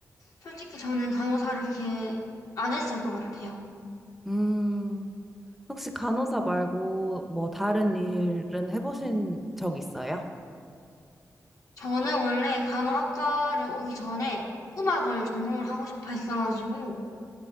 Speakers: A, on the left; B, in the centre.
A: 솔직히 저는 간호사를 이렇게 안 했을 것 같아요.
B: 음, 혹시 간호사 말고 뭐 다른 일은 해보신 적 있어요?
A: 저는 원래 간호학과를 오기 전에 음악을 전공을 하고 싶어 했어가지고,